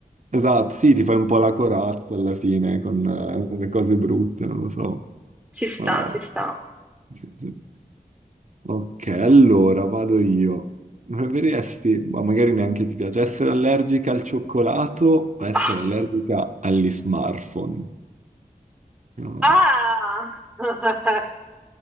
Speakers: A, on the right (about 50°); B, in the centre.
A: Esatto, sì, ti fai un po' la corazza alla fine con eh, le cose brutte, non lo so.
B: Ci sta,
A: Ah,
B: ci sta.
A: sì, sì. Ok, allora vado io. Preferiresti, ma magari neanche ti piace, essere allergica al cioccolato o essere
B: Ah.
A: allergica agli smartphone? No.
B: Ah! <laughs>